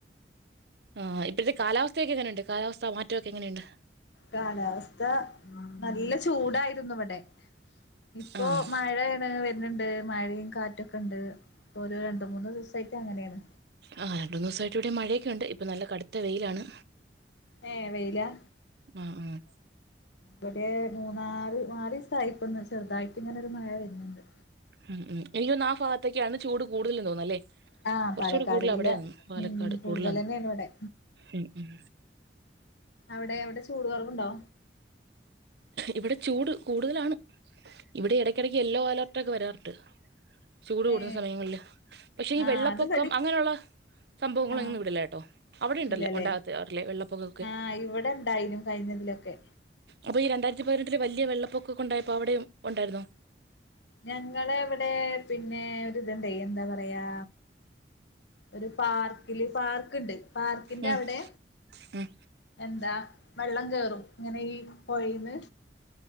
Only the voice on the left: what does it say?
കാലാവസ്ഥ നല്ല ചൂടായിരുന്നു ഇവിടെ ഇപ്പോ
മഴയാണ് വരുന്നുണ്ട് മഴയും കാറ്റൊക്കെ ഉണ്ട് ഒരു രണ്ട മൂന്ന് ദിവസമായിട്ട് അങ്ങനെയാണ്
ഏ വെയില?
ഇവിടെ ഒരു മൂന്നാല് നാലീ സായിപ്പൊന്ന് ചെറ്തായിട്ട് ഇങ്ങനൊരു മഴ വര്ന്ന്ണ്ട്.
ആ
പാലക്കാട്
ജില്ല
ഉം കൂടുതൽ
തന്നെയാണ് ഇവിടെ
അവിടെ അവിടെ ചൂട് കൊർവുണ്ടോ?
ഏ
ആ
അത് ഇവിടേം
ആ
ഇല്ലല്ലേ
ആ ഇവിടെ ഇണ്ടായിനു കഴിഞ്ഞതിലൊക്കെ.
ഞങ്ങളവിടെ പിന്നെ ഒരുതണ്ടായി എന്താ പറയാ ഒരു പാർക്കില് പാർക്ക്ണ്ട് പാർക്കിന്റെ
അവ്ടെ
എന്താ വെള്ളം കേറും ഇങ്ങനെ ഈ പുഴയിന്ന്.